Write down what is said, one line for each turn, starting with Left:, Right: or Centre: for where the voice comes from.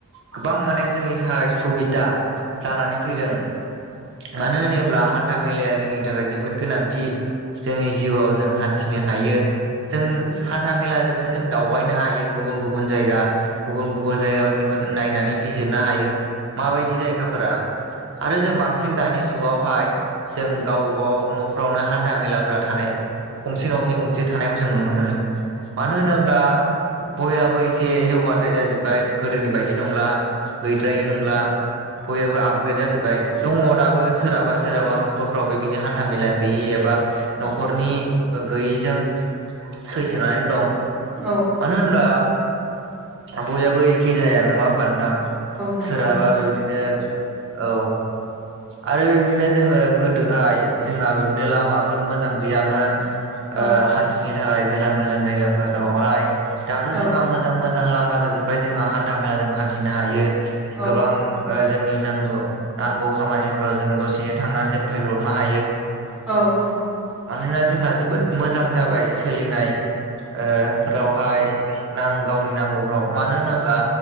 Right: गोबां माने जोंनि थाखाय सुबिदा जानानै फैदों मानो होनोब्ला हान्था मेलाया जोंनि थाखाय जोबोद गोनांथि जोंनि जिउआव जों हान्थिनो हायो जों हान्था मेला जनो जों दावबायनो हायो गुबुन गुबुन जायगा गुबुन गुबुन जायगाफोरनिखौ जों नायनानै बिजिरनो हायो माबायदि जायगाफोरा आरो जों बांसिन सिन दानि जुगावहाय जों गावबबाव न'फ्रावनो हान्था मेलाफोरा थानाय गंसे न'खि गंसे थानायखौ जों नुनो मोनो मानो होनोब्ला बयहाबो एसे जौगाथाय जाजोब्बाय गोदोनि बायदि नंला गैद्रायै नंला बयहाबो आपग्रेद जाजोब्बाय दङ दाबो सोरहाबा सोरहाबा नखरफ्राव बेबायदि हान्था मेला गैयि एबा न'खरनि गैयैजों सैसोनानै दं
Centre: औ
Right: मानो होनबा बयहाबो एखे जाया नङा होमबा नोंथां
Centre: नंगौ
Right: सोरहाबा
Centre: नोंथां
Right: बे बिदिनो औ आरो बेबायदिनो जोङो गोदोहाय जोंहा बिदिनो लामाफोर मोजां गैयामोन
Centre: औ
Right: हान्थि थिनो थाखाय गोजान गोजान जायगाफोरावहाय दाथ'
Centre: औ
Right: जोंहा
Centre: औ
Right: मोजां मो जां लामा जाजोब्बाय जोङो हान्था मेला जों हान्थिनो हायो
Centre: औ
Right: गोबां जोंनि नांगौ नांगौ खामानिफ्राव जोङो दसेनो थांनानै जों फैब्रबनो हायो
Centre: औ
Right: मानोना जोंहा जोबोद मोजां जाबाय सोलिनाय ओ फोरावहाय गावनि नांगौफ्राव मानो होनोब्ला